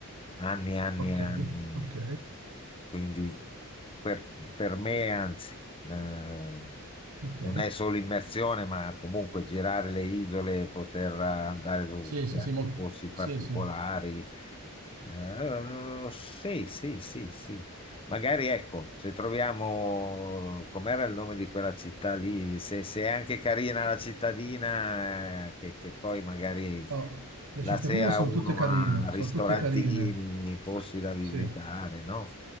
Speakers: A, on the left; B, on the right.
A: anni, anni
B: Ok,
A: e anni.
B: ok,
A: Quindi per, per me, anzi, eh,
B: ok.
A: non è solo immersione, ma comunque girare le isole, poter andare su
B: Sì,
A: spiagge,
B: sì, sì, mol-
A: posti particolari.
B: sì, sì.
A: Eh, sì, sì, sì, sì. Magari ecco, se troviamo, com'era il nome di quella città lì, se, se è anche carina la cittadina, eh, che, che poi magari
B: Oh, le
A: la
B: cittadine
A: sera
B: sono
A: uno
B: tutte carine,
A: ha
B: sono
A: ristorantini,
B: tutte carine.
A: posti da visitare,
B: Sì.
A: no?